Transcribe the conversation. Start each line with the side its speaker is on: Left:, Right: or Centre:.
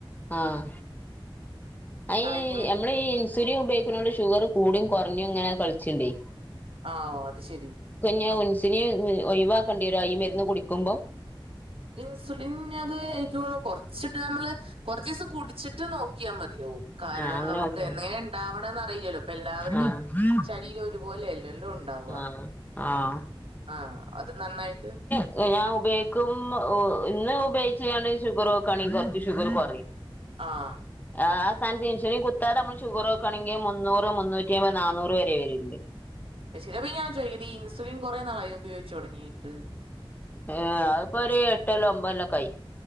Left: ആഹ അയി
Right: അതിന് വേ
Left: അ മ്മള് സുലിൻ ഉപയോഗിക്കുന്നോണ്ട് ഷുഗർ കൂടും കുറഞ്ഞും ഇങ്ങനെ കളിച്ചു ണ്ടേ
Right: ആഓ അത് ശെരി
Left: ഞാൻ ഇൻസുലിൻ ഒഴവാക്കണ്ടി വരോ ഇ മരുന്ന് കുടിക്കുമ്പോം
Right: ഇൻസുലിൻ അത് എനിക്ക് തോന്നണു കുറച്ചിട്ട് നമ്മള് കുറച്ചിസം കുടിച്ചിട്ട് നോക്കിയാൽ മതിയാവും കാരണം
Left: ആഹ് അങ്ങനെ
Right: നമുക്ക്
Left: നോക്കിയാതി
Right: എന്തങ്ങനെ ഉണ്ടാവണന്ന് അറിയില്ലല്ലോ അപ്പ എല്ലാവരുടെയും
Left: ആഹ്
Right: ശരീരം ഒരുപോലെല്ലല്ലോ ഉണ്ടാവുവ
Left: ആഹ് ആഹ്
Right: ആഹ് അത് നന്നായിട്ട്
Left: ഞൻ ഉപയോഗിക്കും ഇന്ന് ഉപയോഗിച്ച് ഞാ ഷുഗർ നോക്കാം യാണെങ്കി കൊ റച്ച് ഷുഗറ് കുറയും
Right: ആഹ്
Left: ആ ആഥാനത്ത് ഇൻസൂലിൻ കുത്തതെ നമ്മള് ഷുഗർ നോക്കണെങ്കിൽ മുന്നൂറ് മുന്നൂറ്റി അമ്പത് നന്നൂറ് വരെ വരുണ്ട്
Right: പ ചിലപ്പ ഞാൻ ചോദിക്കട്ട ഇൻസുിൻ കുറെേ നാാളിയൊഉപയോഗിച്ചച്ച് തുടങ്ങീട്ട്
Left: ആഏ അപ്പോൊ ഒരു എട്ടല്ലോ ഒമ്പതല്ലോക്കയി